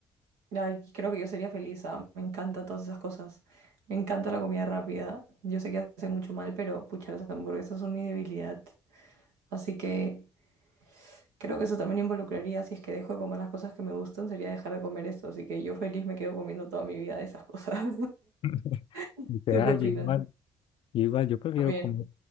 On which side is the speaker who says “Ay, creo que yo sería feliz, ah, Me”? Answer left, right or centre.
Right